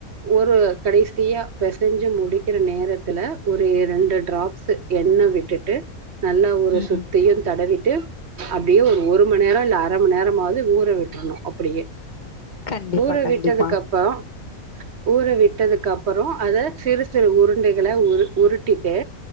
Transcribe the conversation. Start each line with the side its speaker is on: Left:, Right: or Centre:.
Right: ஒரு கடைசியா பெசஞ்சு முடிக்கிற நேரத்துல ஒரு ரெண்டு டிராப்ஸ் எண்ண விட்டுட்டு நல்ல ஒரு
Left: ம்
Right: சுத்தியு தடவிட்டு அப்டியே ஒரு மந்நேர இல்ல அரை மந்நேரமாவது ஊற விட்றணு அப்டியே
Left: கண்டிப்பா
Right: ஊற
Left: கண்டிப்பா
Right: விட்டதுக் அப்பறோ ஊற விட்டதுக் அப்பறோ அத சிறு சிறு உருண்டைகள உரு உருட்டிட்டு